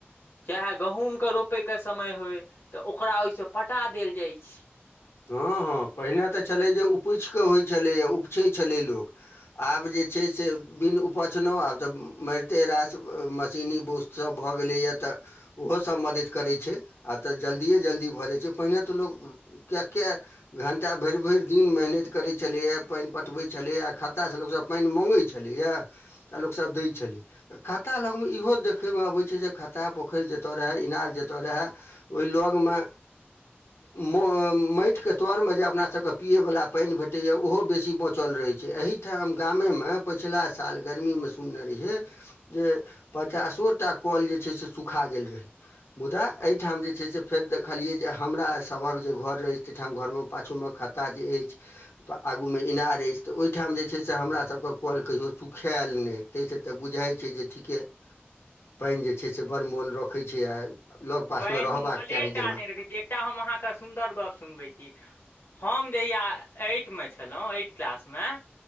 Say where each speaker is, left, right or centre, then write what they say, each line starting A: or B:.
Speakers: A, on the left; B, on the left.
A: चाहे गहूँमके रोपैके समय होइ तऽ ओकरा ओहिसँ पटा देल जाइ छै
B: हूॅं हूॅं पहिने तऽ छलै जे उपछि कऽ होइ छलैए उपछै छलै लोक आब जे छै से बिन उपछनहुँ आब तऽ मारिते रास मशीनी बूस सब भऽ गेलैया तऽ ओहोसभ मदति करै छैय आ तऽ जल्दिए जल्दी भऽ जाइ छैय पहिने तऽ लोक कए कए घण्टा भरि भरि दिन मेहनति करैत छलैया पानि पटबैत छलैया खता सबसं पानि मगै छलैया आ लोकसभ दै छलै। खाता लगमे इहो देखयमे अबैत छैय जे खाता पोखरि जतय रहय इनार जतय रहय ओहि लग मे मो माटिके तरमे जे अपना सबके पियै वला पानि भेटैया ओहो बेसी बचल रहै छैय एहि ठाम गामे में पिछला साल गर्मीमे सुनने रहियै जे पचासो टा कल जे छैय से सुखा गेल रहै। मुदा एहिठाम जे छैय से फेर देखलियै जे हमरा सबहक जे घर रहै ताहि ठाम घरमें पाछूमें खता जे अछि आ आगू मे इनार अछि तऽ ओहिठाम जे छैय से हमरा सबके कल कहियो सुखायल नहि। ताहिसँ तऽ बुझाइत छैय जे ठीके पानि जे छैय से बड़ मोल रखैत छैय आ लग पास
A: पानि
B: मे रहबाक
A: मोले
B: चाही
A: टा
B: जमा।
A: नहि रखै छै एकटा हम अहाँके सुन्दर गप्प सुनबै छी। हम जहिया ऐटमे छलहुँ एट क्लासमे